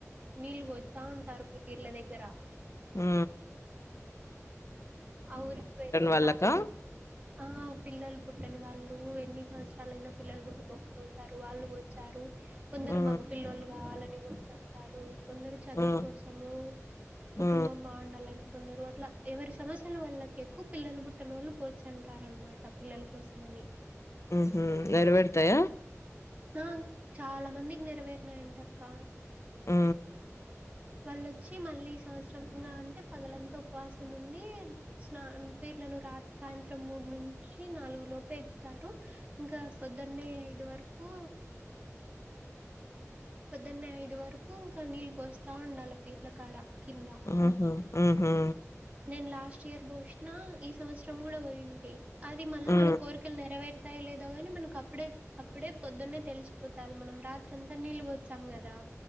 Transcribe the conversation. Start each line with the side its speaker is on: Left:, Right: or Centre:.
Right: నీళ్లు పొత్తా ఉంటరు పీర్ల దెగ్గర
Left: ఆ
Right: ఆ ఊరు పోయినం
Left: వాళ్ళకా
Right: లాస్ట్ ఆ పిల్లలు పుట్టని వాళ్ళు ఎన్ని సంవత్సరలు అయినా పిల్లలు పుట్టుకోకుంటారు వాళ్ళు వచ్చారు కొందరు
Left: ఆ
Right: మగ పిల్లలు కావాలని వచ్చి అంటారు కొందరు చదువు
Left: ఆ
Right: కోసము కుటుంబం
Left: ఆ
Right: బాగుండాలని కొందరు అట్లా ఎవరి సమాస్ స్యలు వాళ్లక ఎక్కువ పిల్లలు పుట్టిన వాళ్ళు పోచంటారనమాట పిల్లల కోసమని
Left: ఉహు నెరవేరుతాయా
Right: నా చాలా మందికి నెరవేరినాయంటక్క
Left: ఊ
Right: వాళ్ళొచ్చి మళ్ళీ సంవత్సరం గా అంటే పగలంతా ఉపవాసం ఉండి స్నాన పీర్లను రా సాయంత్రం మూడు నుంచి నాలుగు లోపు ఎత్తారు ఇంకా పొద్దన్నే ఐదు వరు ఉ పొద్దన్నే ఐదు వరకు ఇంకా నీళ్ళు పోస్ తా ఉండాల పీర్ల కాడ కింద
Left: ఉహు ఉహు
Right: నేను లాస్ట్ ఇయర్ పోసిన ఈ సంవత్సరం కూడా పోయింటి అది మళ్ళా
Left: ఆ
Right: మన కోరికలు నెరవేరుతాయి లేదో గాని మనకి అప్పుడే అప్పుడే పొద్దున్నే తెలిసిపోతది మనం రాత్రి అంతా నీళ్లు పోచం కదా